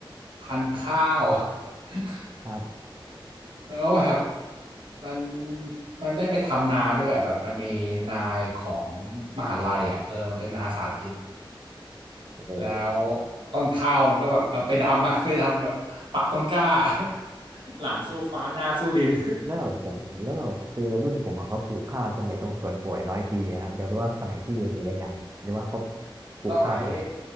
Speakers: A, on the right; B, on the right.
A: พันธุ์ข้าว <laughs>
B: ครับ
A: แล้วแบบมันมันได้ไปทำนาด้วยอ่ะแบบมันมีนายของมหาลัยอ่ะเออมันเป็นนาสาธิต
B: โอ้โห
A: แล้วต้นข้าวมันก็แบบเออไปดำอะไปดำแบบปักต้นกล้า <laughs> หลังสู้ฟ้าหน้าสู้ดิน
B: แล้วแบบผมแล้วแบบคือรุ่นผมอะเขาปลูกข้าวตรงไอ้ตรงสวนป่วยร้อยปีอะครับเดี๋ยวรู้ว่าสมัยพี่มีหรืยังหรือว่าเขาปลูกข้าวตรงไหน
A: สมัย